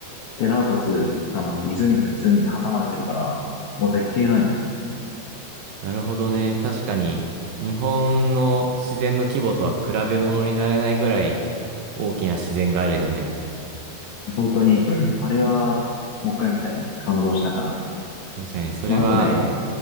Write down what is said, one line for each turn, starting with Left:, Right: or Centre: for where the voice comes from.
Left: で、なおかつ、あの、湖と湖に挟まれてるから、もう絶景なんよ。
Right: なるほどね。確かに、日本の自然の規模とは比べ物にならないぐらい大きな自然があるよね。
Left: 本当に、<clears throat> あれは、もう一回見たいね。感動したから。
Right: 確かに、それは、
Left: まあ、あとね、